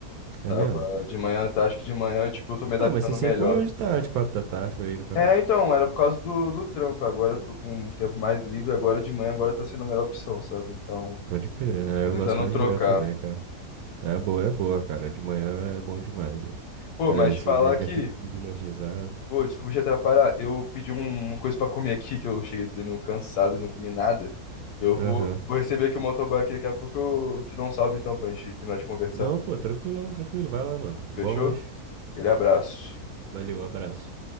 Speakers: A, on the right; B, on the left.
A: É
B: Tava
A: mesmo?
B: de manhã, tá, acho que de manhã, eu, tipo, eu tô me adaptando
A: Não, mas você sempre
B: melhor.
A: malhou de tarde, quatro da tarde, por aí, não foi
B: É,
A: não?
B: então, era por causa do, do trampo. Agora eu tô com um tempo mais livre, agora de manhã, agora tá sendo a melhor opção, sabe? Então,
A: Pode crer. É,
B: tô
A: eu
B: tentando
A: gosto mais
B: trocar.
A: de manhã também, cara. É boa, é boa, cara. De manhã é bom demais, velho.
B: Pô,
A: É,
B: mas
A: você
B: te falar
A: já, já
B: que,
A: fica com o dia energizado.
B: pô, desculpa te atrapalhar. Eu pedi um- uma coisa pra comer aqui, que eu cheguei treinando cansado e não comi nada. Eu vou,
A: Aham.
B: vou receber aqui o motoboy aqui, daqui a pouco eu te dou um salve então pra gente terminar de conversar.
A: Não, pô, tranquilão, tranquilo. Vai lá, mano.
B: Fechou?
A: Bom lanche.
B: Aquele abraço.
A: Valeu, abraço.